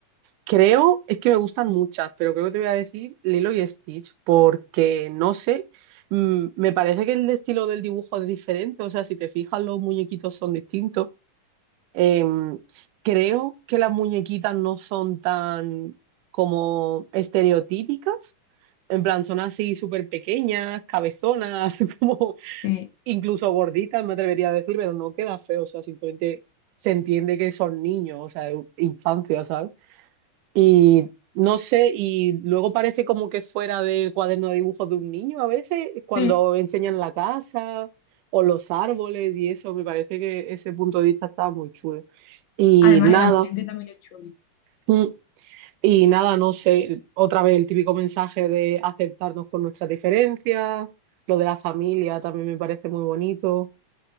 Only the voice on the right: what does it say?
Creo, es que me gustan muchas, pero creo que te voy a decir Lilo y Stitch, porque no sé, mm, me parece que el estilo del dibujo es diferente, o sea, si te fijas los muñequitos son distintos. Em, creo que las muñequitas no son tan como estereotípicas. En plan, son así súper pequeñas, cabezonas, <laughs> como
incluso gorditas, me atrevería a decir, pero no queda feo. O sea, simplemente se entiende que son niños, o sea, infancia, ¿sabes? Y no sé, y luego parece como que fuera del cuaderno de dibujos de un niño a veces, cuando
enseñan la casa o los árboles y eso, me parece que ese punto de vista está muy chulo. Y
nada,
mm, y nada, no sé, otra vez el típico mensaje de aceptarnos con nuestras diferencias, lo de la familia también me parece muy bonito.